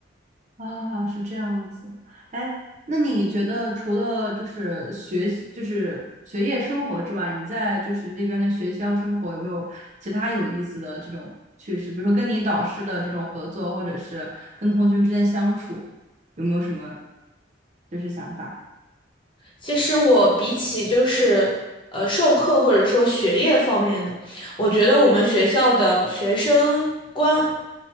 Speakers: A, on the right; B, on the left.
A: 啊，是这样子。哎，那你觉得除了就是学习，就是学业生活之外，你在就是那边的学校生活有没有其他有意思的这种趣事？比如说跟你导师的这种合作，或者是跟同学们之间相处，有没有什么就是想法？
B: 其实我比起就是呃授课或者说学业方面的，我觉得我们学校的学生关，